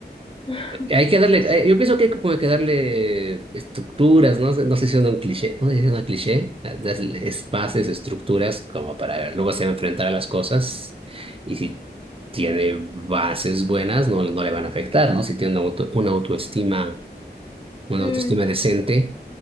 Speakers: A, on the left (about 30°); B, on the right (about 30°).
A: <laughs>
B: Hay que darle,
A: No sé.
B: eh, yo pienso que hay como que darle estructuras, ¿no? No sé si es un cliché, no sé si es una cliché, ah, darle espacios, estructuras como para luego se va a enfrentar a las cosas y si tiene bases buenas, no, no le van a afectar, ¿no? Si tiene una auto- una autoestima, una
A: Mm.
B: autoestima decente,